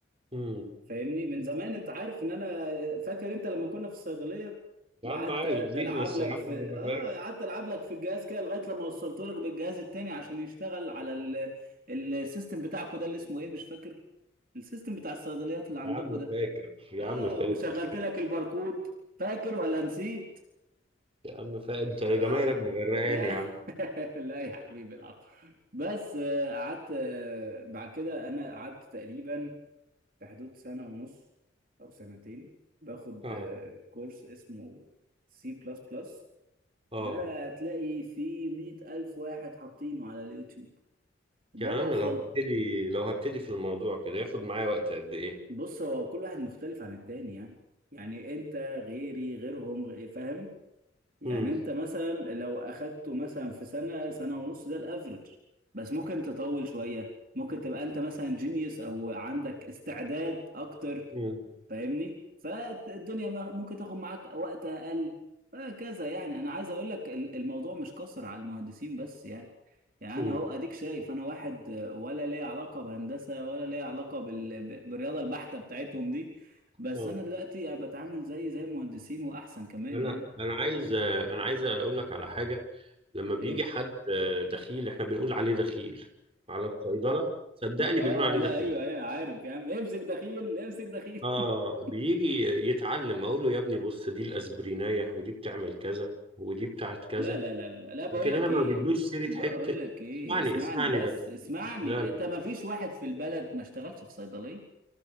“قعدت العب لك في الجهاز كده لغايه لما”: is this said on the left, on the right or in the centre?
Right